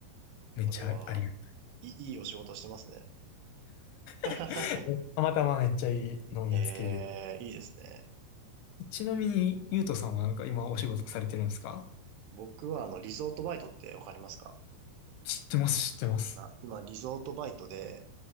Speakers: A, on the left; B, on the right.
A: めっちゃありが
B: ー、それは、いい、いいお仕事してますね。<laughs>
A: たい。<laughs> たまたまめっちゃいいのを見つけれて
B: ええー、いいですね。
A: ちなみに、ゆうとさんはなんか今お仕事されてるんですか
B: 僕はあの、リゾートバイトってわかりますか
A: 知ってます、知ってます。
B: な、今、リゾートバイトで、